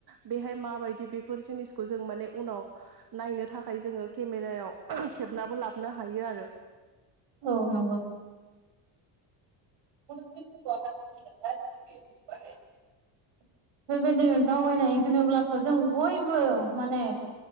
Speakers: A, on the right (about 50°); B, on the right (about 65°).
A: बेहाय माबायदि बेफोर जिनिसखौ जों माने उनाव नायनो थाखाय जोङो केमेरायाव खेबनाबो लाबोनो हायो आरो
B: औ नंगौ। <unintelligible> बेबायदिनो दावबायनाय होनोब्लाथ' जों बयबो माने